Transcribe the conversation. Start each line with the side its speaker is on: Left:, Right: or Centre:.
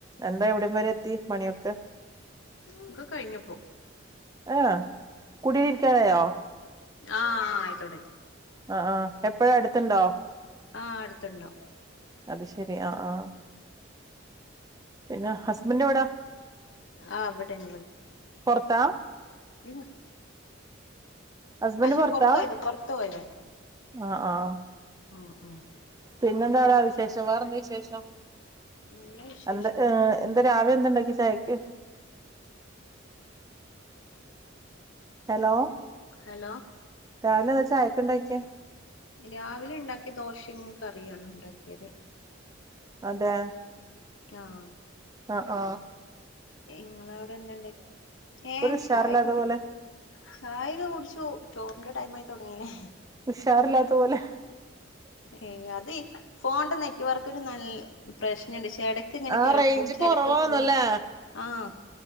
Right: എന്താ എവിടം വരെ എത്തി പണിയൊക്കെ
Left: ഇക്ക് കഴിഞ്ഞപ്പോ
Right: ആ കുടരിക്കാരയോ
Left: ആ ആയിത്തോട
Right: ആഹ് ആഹ് എപ്പഴാ അടുത്തുണ്ടോ
Left: ആഹ് അടുത്തുണ്ടാവും
Right: അത് ശെരി ആഹ് ആഹ് പിന്നെ ഹസ്ബൻഡ് എവിടാ
Left: ആഹ് ഇവിടാണ്
Right: പൊറത്താ
Left: ഇവിടാണ്
Right: ഹസ്ബൻഡ്
Left: അല്ല
Right: പൊറത്താ
Left: പൊറത്ത് പോയത പൊറത്ത് പോയത
Right: ആഹ് ആഹ്
Left: ഓഹ് ഓഹ്
Right: പിന്നെന്താടാ വിശേഷം വേറെന്താ വിശേഷം
Left: നല്ല വിശേഷാണ്
Right: എന്ത എന്താ രാവിലെ എന്താണ്ടാക്കിയെ ത്തേക്ക് ഹലോ
Left: ഹലോ
Right: രാവിലെയെന്താ ചായയ്ക്കുണ്ടാക്കിയെ
Left: രാവിലെ ഉണ്ടാക്കിയത് ദോശയും കറിയുമാണ് ഉണ്ടാക്കിയത്
Right: അതെ
Left: ആഹ്
Right: ആഹ് ഹ
Left: ഇങ്ങള് അവിടെ എന്താണ്ടാക്കിയെ ഏഹ്
Right: ഒരു ഉഷാറില്ലാത്ത
Left: ചായ കുടി
Right: പോലെ
Left: ചായയൊക്കെ കുടിച്ചു ചോറിന്റെ ടൈം ആയി തുടങ്ങീല്ലേ
Right: ഉഷാറില്ലാത്തപോലെ
Left: ഏഹ് അത് ഫോണിന്റെ നെറ്റ് വർക്കിന് നല്ല പ്രശ്നുണ്ട് ഇടക്ക് ഇങ്ങനെ
Right: ആ
Left: കേൾക്കും
Right: റേഞ്ച്
Left: ചിലക്ക്
Right: കൊറവാന്നല്ലേ
Left: പോവും ആഹ്